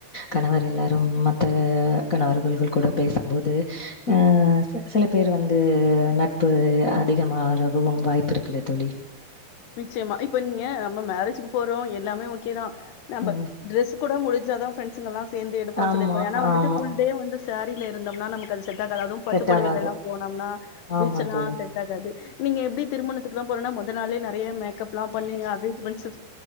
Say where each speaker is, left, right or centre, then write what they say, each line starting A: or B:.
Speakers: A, on the left; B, on the left.
A: கணவர் எல்லாரு மத் த கணவர்கள்கள் கூட பேசும்போது அ ச சில பேரு வந்து நட்பு அதிகமாவுறதும் வாய்ப்பு இருக்குல்ல தோழி
B: நிச்சயமா இப்ப நீங்க நம்ம மேரேஜிக்கு போறோ எல்லாமே ஓக்கேதா நம்ப
A: ம்.
B: ட்ரெஸ் கூட முடிஞ்சாதா ப்ரெண்ட்ஸுங்கள்ளா சேந்து எடுப்போன்
A: ஆமா,
B: சொல்லிருக்கோ ஏனா வந்துட்டு
A: ஆமா.
B: ஃபுல் டேவு வந்து சேரில இருந்தம்னா நமக்கு அது செட்டாகாது அதுவு பட்டு
A: செட்
B: பொடவைளெல்லா
A: ஆவாது.
B: போனம்னா
A: ஆமா
B: பீச்செல்லா
A: தோழி.
B: செட்டாகாது நீங்க எப்டி திருமணத்துக்லா போரோனா மொ த நாளே நெறய மேக்கப்லாம் பண்ணி அரேஞ்சுமெண்ஸு